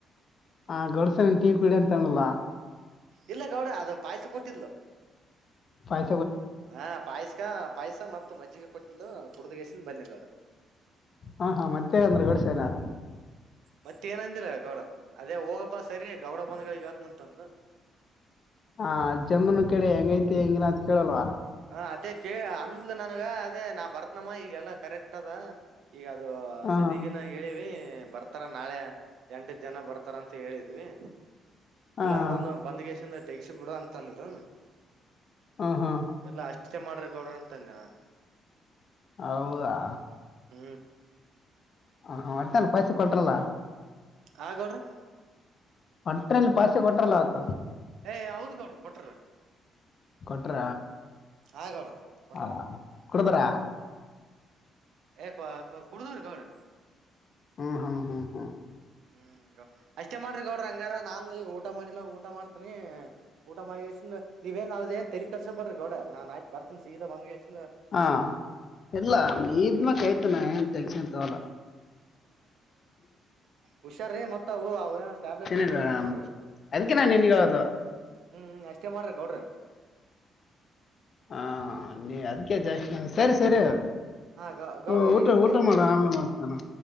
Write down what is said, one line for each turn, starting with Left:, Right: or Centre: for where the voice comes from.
Left: ಹ ಗಡ್ಸನ ಟೀ ಕುಡ ಅಂತಲ್ಲ.
Right: ಇಲ್ಲ ಗೌಡ ಅದು ಪಾಯಸ ಕೊಟ್ಟಿದ್ಲು.
Left: ಫ.
Right: ಹಾ ಪಾಯಸ್ಕ ಪಾಯ್ಸ ಮತ್ತ ಮಜ್ಜಿಗೆಗ ಕೊಟ್ಟ. ಇ ಕುಡುದಗೇಶನ್ ಬನ್ನಯಗೌಡ.
Left: ಹಾ ಹಾ ಮತ್ತೆ ಅಂದ್ರಗೋಡ ಸನಾರ.
Right: ಮತ್ತ ಏನಂದಿಲ್ಲ ಗೌಡ ಅದೇ ಹೋಗಪ್ಪಾ ಸರಿಯ ಗೌಡ ಬಧಗಗತ್ನಂತ ಅನ್ಲ
Left: ಹಾ ಜಮ್ಮುನ್ ಕಡೆ ಹೆಂಗೈಐತೆ ಹೆಂಗಿನಾ ಅಂತ ಕೇಳಲ್ವ
Right: ಹ ಅದೇ ಕ ಅಂದ್ ನನ್ಗ ಅದೇ ನಾ ಬರ್ತನಮ್ಮ ಈಗೆಲ್ಲಾ ಕರೆಕ್ಟ್ ಅದ ಈಗ ಅದು
Left: ಹಾ
Right: ಸದಗಿನ ಹೇಳಿವ ಬರ್ತಾರ ನಾಳೆ ಎಂಟದ ಜನ ಬರ್ತಾರ ಅಂತ ಹೇಳಿದ್ವಿ
Left: ಹಾ
Right: ಇಲ್ಲ
Left: ಹಾ
Right: ಅದೊಂದು ಬಂದಗೇಶಿಂದ ತೆಗಸ ಬಿಡ ಅಂತ ಅನ್ದ
Left: ಹ ಹಾ
Right: ಎಲ್ಲಾ ಅಷ್ಟೇ ಮಾಡ್ರ ಗೌಡ್ರ ಅಂತಂದೆ ನಾನ್
Left: ಹೌದಾ
Right: ಹ್ಮ
Left: ಹ ಹಾ ಅ್ಾನ ಪೈಸೆ ಕೊಟ್ರಲ್ಲಾ
Right: ಆಗೌಡ್ರ
Left: ಅಟ್ರಲ್ಲಿ ಪಸೆ ಕೊಟ್ರಲ್ಲ ಅತ
Right: ಏ ಹೌದ್ ಗೌಡ್ರ ಕೊಟ್ರ
Left: ಕೊಟ್ರ
Right: ಆ ಗೌಡ್ರ ಕೊಟ್ರ
Left: ಹಾ ಕುಡ್ದ್ರ
Right: ಏ ಕುಡುದ್ರಿ ಗೌಡ್ರ
Left: ಹ್ಮ್ ಹ್ಮ್ ಹ್ಮ್ ಹ್ಮ್
Right: ಹ್ಮ್ ಅಷ್ಟೇ ಮಾಡ್ರಿ ಗೌಡ್ರಿ ಅಂಗಾರ ನಾನ್ ಈಗ ಊಟ ಮಾಡಿಲ್ಲಾ ಊಟ ಮಾಡ್ತೇನಿ ಊಟ ಮಾಡಿ ಅಷ್ಟ ನೀವ ಏನ್ ಅದ ಏನ್ ತಲಿ ಕರ್ಸೋ ಬಡ್ರಿ ಗೌಡ್ರ ನಾನ್ ಆಯ್ತ ಬರ್ತನಿ ಸೀದಾ ಬಂದ ಎಷ್ಟ
Left: ಹಾ ಇಲ್ಲ ನೀ್ಮಕ್ಯ್ತು ನ ಏನ್ ತೆನ್ಸನ್ ತವಲ್ಲ
Right: ಹುಷಾರೀ ಮತ್ತವು ಅವ ಏನ ಟ್ಯಾಬ್ಲೆಟ್ ಟಿಬ್ಲೆಟ್
Left: ಇಲ್ಲ
Right: ಇ
Left: ನಮ್ಗೆ
Right: ಮಾಡ್ರಿ
Left: ಅದಕ್ಕೆ ನಾನು ನಿನ್ಗೆ ಹೇಳೋದು
Right: ಹ್ಮ್ ಅಷ್ಟೇ ಮಾಡ್ರಿ ಕೊೌಡ್ರಿ
Left: ಹಾ ನೀ ಅದಕ್ಕೆ ಜಾಕ್ಷ ಸರಿ ಸರಿ
Right: ಹಾ ಗೌಡ್ರ
Left: ಹಓ ಊಟ
Right: ಇಡ್ಲ್ರಿ
Left: ಊಟ ಮಾಡ ಆಮೇ ಮಾಡ್ತಾನ